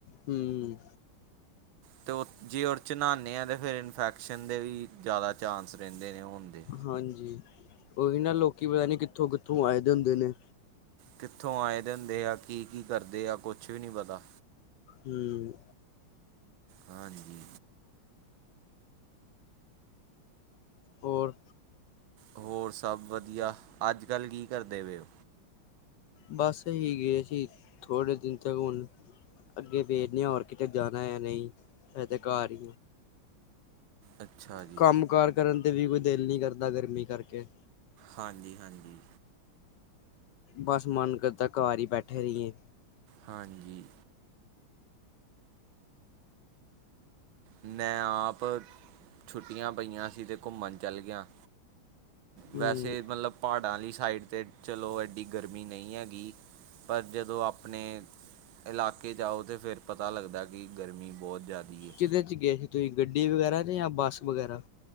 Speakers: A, on the left; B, on the right.
A: ਹੂੰ।
B: ਅਤੇ ਉਹ ਜੇ ਉਹ ਚਾਹੁੰਦੇ ਹਾਂ ਤਾਂ ਫਿਰ ਇਨਫੈਕਸ਼ਨ ਦੇ ਵੀ ਜ਼ਿਆਦਾ ਚਾਂਸ ਰਹਿੰਦੇ ਨੇ ਹੋਣ ਦੇ।
A: ਹਾਂਜੀ, ਉਹੀ ਨਾ ਲੋਕੀ ਪਤਾ ਨੀ ਕਿੱਥੋਂ ਕਿੱਥੋਂ ਆਏ ਦੇ ਹੁੰਦੇ ਨੇ।
B: ਕਿੱਥੋਂ ਆਏ ਦੇ ਹੁੰਦੇ ਆ ਕੀ ਕੀ ਕਰਦੇ ਆ ਕੁਛ ਵੀ ਨਹੀਂ ਪਤਾ।
A: ਹੂੰ।
B: ਹਾਂਜੀ।
A: ਹੋਰ,
B: ਹੋਰ ਸਭ ਵਧੀਆ ਅੱਜ ਕੱਲ੍ਹ ਕੀ ਕਰਦੇ ਪੲਿਓ।
A: ਬੱਸ ਹੀ ਗਏ ਸੀ ਥੋੜੇ ਦਿਨ ਤੱਕ ਹੁਣ, ਅੱਗੇ ਵੇਖਦੇ ਹਾਂ ਹੋਰ ਕਿਤੇ ਜਾਣਾ ਹੈ ਨਹੀਂ ਫੇਰ ਤਾਂ ਘਰ,
B: ਅੱਛਾ ਜੀ।
A: ਕੰਮ ਕਾਰ ਕਰਨ ਤੇ ਵੀ ਕੋਈ ਦਿਲ ਨੀ ਕਰਦਾ ਗਰਮੀ ਕਰਕੇ।
B: ਹਾਂਜੀ-ਹਾਂਜੀ।
A: ਬਸ ਮਨ ਕਰਦਾ ਘਰ ਹੀ ਬੈਠੇ ਰਹੀਏ।
B: ਹਾਂਜੀ। ਮੈਂ ਆਪ ਛੁੱਟੀਆਂ ਪਈਆ ਸੀ ਅਤੇ ਘੁੰਮਣ ਚੱਲ ਗਿਆ।
A: ਹੂੰ।
B: ਵੈਸੇ ਮਤਲਬ, ਪਹਾੜਾਂ ਵਾਲੀ ਸਾਈਡ ਤੇ ਚਲੋ ਐਡੀ ਗਰਮੀ ਨਹੀਂ ਹੈਗੀ ਪਰ ਜਦੋਂ ਆਪਣੇ, ਇਲਾਕੇ ਜਾਓ ਤੇ ਫਿਰ ਪਤਾ ਲੱਗਦਾ, ਕਿ ਗਰਮੀ ਬਹੁਤ ਜ਼ਾਦੀ ਏ।
A: ਕਿਹਦੇ ਚ ਗਏ ਤੁਸੀਂ, ਗੱਡੀ ਵਗੈਰਾ ਤੇ ਜਾਂ ਬੱਸ ਵਗੈਰਾ।